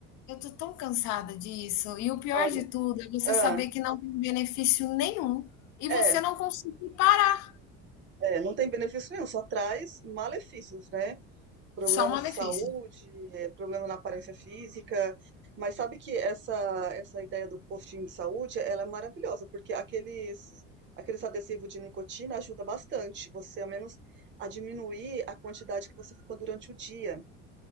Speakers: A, on the left (about 65°); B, on the right (about 40°).
A: eu tô tão cansada disso. E o pior
B: Olha,
A: de tudo é você
B: ah,
A: saber que não tem benefício nenhum e
B: é,
A: você não conseguir parar,
B: É, não tem benefício nenhum, só traz malefícios, né? Problemas
A: só um malefício.
B: de saúde, é, problema na aparência física. Mas sabe que essa, essa ideia do postinho de saúde, ela é maravilhosa, porque aqueles, aqueles adesivos de nicotina ajuda bastante você, ao menos, a diminuir a quantidade que você fuma durante o dia.